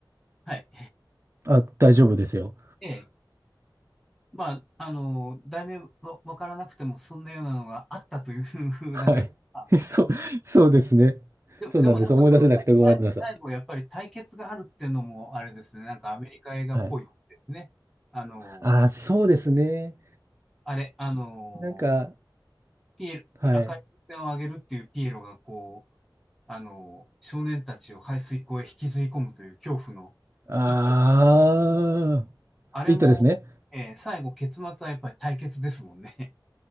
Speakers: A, in the centre; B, on the right (about 35°).
A: はい。
B: あ、大丈夫ですよ。
A: ええ。まあ、あの、題名わ、わからなくても、そんなようなのがあったというふうだけど、
B: はい。
A: あ
B: <laughs> そう、そうですね。
A: でも、
B: そうなんです。
A: でもなんかその、
B: 思い出せなくてごめんなさい。
A: さ、さ最後やっぱり対決があるっていうのも、あれですね、なんかアメリカ映画っぽいですね。
B: はい。
A: あの、
B: ああ、そうですね。
A: あれ、あの、
B: なんか、
A: ピエロ、
B: はい。
A: 赤い風船をあげるっていうピエロが、こう、あの、少年たちを排水溝へ引きずり込むという恐怖の
B: ああ、
A: 一個あれも、
B: いいとですね。
A: えー最後結末はやっぱり対決ですもんね。